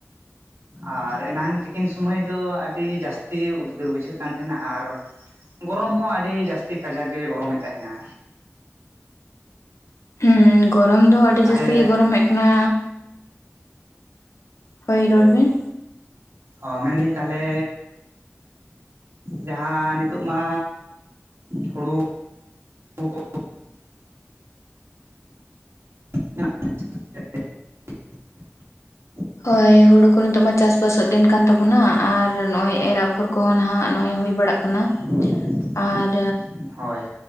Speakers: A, on the right (about 65°); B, on the left (about 85°).
A: ᱟᱨ ᱮᱱᱟᱝ ᱛᱤᱠᱤᱱ ᱥᱚᱢᱚᱭ ᱫᱚ ᱟᱹᱰᱤ ᱡᱟᱹᱥᱛᱤ ᱩᱫᱽᱜᱟᱹᱨ ᱵᱩᱡᱷᱟᱹᱜ ᱠᱟᱱ ᱛᱟᱦᱮᱱᱟ ᱟᱨᱼᱼ ᱜᱚᱨᱚᱢ ᱦᱚᱸ ᱟᱹᱰᱤ ᱡᱟᱹᱥᱛᱤ ᱠᱟᱡᱟᱠ ᱜᱮᱭ ᱜᱚᱨᱚᱢᱮᱫ ᱛᱟᱦᱮᱱᱟ᱾
B: ᱦᱮᱸ ᱜᱚᱨᱚᱢ ᱫᱚ ᱟᱹᱰᱤ
A: ᱛᱟᱦᱚᱞᱮ
B: ᱡᱟᱹᱟᱥᱛᱤ ᱜᱮ ᱜᱚᱨᱚᱢ ᱮᱫ ᱠᱟᱱᱟᱼᱼ ᱦᱩᱭ ᱨᱚᱲᱵᱮᱱ?
A: ᱚ ᱢᱮᱱᱫᱟᱹᱧ ᱛᱟᱦᱚᱞᱮ ᱡᱟᱦᱟᱸ ᱱᱤᱛᱳᱜ ᱢᱟ ᱦᱩᱲᱩ ᱠᱚ <unintelligible>
B: ᱦᱳᱭ ᱦᱩᱲᱩ ᱠᱚ ᱱᱤᱛᱚᱜ ᱢᱟ ᱪᱟᱥ ᱵᱟᱥᱚᱜ ᱫᱤᱱ ᱠᱟᱱ ᱛᱟᱵᱚᱱᱟ ᱟᱨ ᱱᱚᱜ-ᱚᱭ ᱮᱨ ᱟᱯᱷᱚᱨ ᱠᱚ ᱠᱚᱦᱚᱸ ᱱᱟᱦᱟᱜ ᱱᱚᱜ-ᱚᱭ ᱦᱩᱭ ᱵᱟᱲᱟᱜ ᱠᱟᱱᱟ,
A: <unintelligible>
B: ᱟᱨᱻ
A: ᱦᱳᱭ